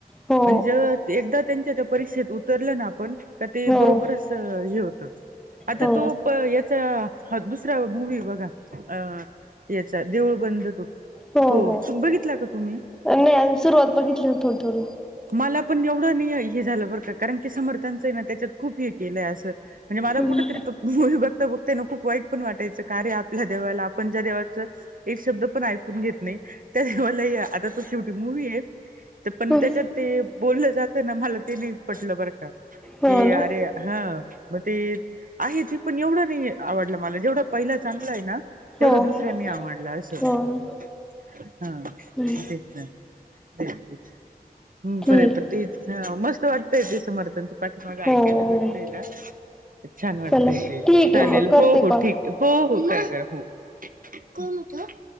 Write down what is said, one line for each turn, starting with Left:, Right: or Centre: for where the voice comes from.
Centre: हो
Right: म्हणजे एकदा त्यांच्या त्या परीक्षेत उतरलं ना आपण का ते
Centre: हो
Right: बरोबरचं हे होतं. आता
Centre: हो
Right: तो प याचा दुसरा मूव्ही बघा. अ याचं देऊळ बंद तो
Centre: हो-हो
Right: हो बघितला का तुम्ही
Centre: नाही. आणि सुरुवात बघितली थोडी-थोडी
Right: मला पण एवढं नाही, हे झालं बरं का कारण, की समर्थांचं आहे. ना त्याच्यात खूप हे केलं. म्हणजे, मला
Centre: हम्म.
Right: कुठं <unintelligible> खूप वाईट पण वाटायचं. कारे आप आपल्या देवाला आपण, ज्या देवाचं एक शब्द पण ऐकून घेत नाही. त्या मला आता तो शेवटी मूव्ही आहे. पण
Centre: हम्म.
Right: त्याच्यात ते बोललं जातं ना मला ते नाही पट पटतं बरं का,
Centre: हो
Right: की
Centre: ना
Right: आरे हां मग ते आहे ते पण एवढं नाही आवडलं मला जेवढा पहिला चांगला आहे ना. तेवढं
Centre: हो
Right: दुसरा
Centre: हो
Right: नाही आवडला असं
Centre: हो ना
Right: हा
Centre: हम्म.
Right: तेच ना तेच तेच बरं
Centre: ठीक
Right: आहे पण ते. हा मस्त वाटतय ते. समर्थांच पाठीमाग
Centre: हो
Right: ऐकायला
Centre: हो
Right: भेटतेय ना. छान वाटतय
Centre: चला
Right: ते.
Centre: ठीक
Right: चालेल
Centre: आहे मग करते
Right: हो हो
Centre: कॉल
Right: ठीक हो, हो करा करा फोन. कोन होत. <unintelligible>